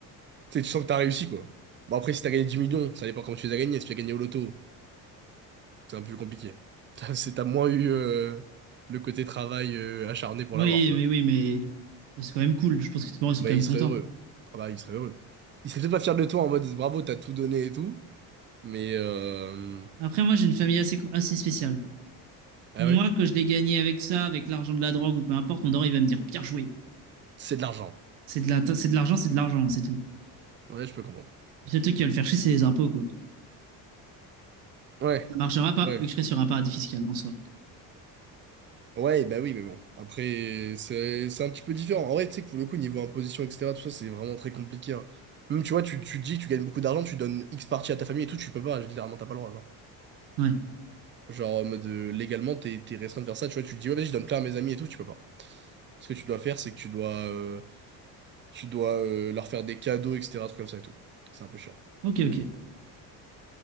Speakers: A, on the right; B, on the right.
A: Tu sais, tu sens que t'as réussi, quoi. Bon, après, si t'as gagné 10 millions, ça dépend comment tu les as gagnés. Si tu as gagné au loto, c'est un peu plus compliqué. <laughs> T'as C'est, t'as moins eu euh, le côté travail euh, acharné pour
B: Oui,
A: l'avoir, quoi.
B: mais oui, mais bah, c'est quand même cool. Je pense que tes parents ils sont
A: Mais
B: quand même
A: il
B: contents.
A: serait heureux. Ah bah, il serait heureux. Il serait peut-être pas fier de toi en mode bravo, t'as tout donné et tout. Mais euh...
B: Après, moi j'ai une famille assez, assez spéciale.
A: Ah
B: Moi,
A: ouais,
B: quand je l'ai gagné avec ça, avec l'argent de la drogue ou peu importe, mon daron il va me dire bien joué.
A: c'est de l'argent.
B: C'est de la, c'est de l'argent, c'est de l'argent, c'est tout.
A: Ouais, je peux comprendre.
B: Le seul truc qui va le faire chier, c'est les impôts quoi.
A: Ouais,
B: Ça marchera pas
A: ouais.
B: vu que je serai sur un paradis fiscal en soi.
A: Ouais, bah oui, mais bon. Après, c'est c'est un petit peu différent. En vrai, tu sais que pour le coup, niveau imposition, etc., tout ça, c'est vraiment très compliqué. hein. Même, tu vois, tu, tu dis que tu gagnes beaucoup d'argent, tu donnes X partie à ta famille et tout, tu peux pas, littéralement, t'as pas le droit, genre.
B: Ouais.
A: Genre, en mode, euh, légalement, t'es, t'es restreint de faire ça, tu vois, tu te dis, ouais, vas-y, je donne plein à mes amis et tout, tu peux pas. Ce que tu dois faire, c'est que tu dois euh, Tu dois euh, leur faire des cadeaux, etc. Trucs comme ça et tout. C'est un peu chiant.
B: Ok, ok.